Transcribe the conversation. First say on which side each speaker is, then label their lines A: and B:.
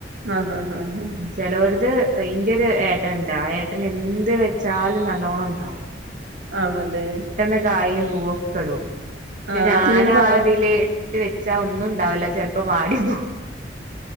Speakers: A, on the right; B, on the right.
A: ആഹാ ആഹാ ഹാ
B: ചെലോര്ത് ഇൻ്റൊര് ഏട്ടൻണ്ട്. ആ ഏട്ടന് എന്ത് വെച്ചാലും നല്ലോണ്ണം ഉണ്ടാവും.
A: ആണല്ലെ
B: പെട്ടെന്ന് കായും പൂവൊക്കെടൂ
A: ആഹ്
B: ഞാനാ
A: അതിങ്ങനെ പ
B: തില് റ്റ് വെച്ചാ ഒന്നും ഉണ്ടാവില്ല ചെലപ്പം വാടി പോകും.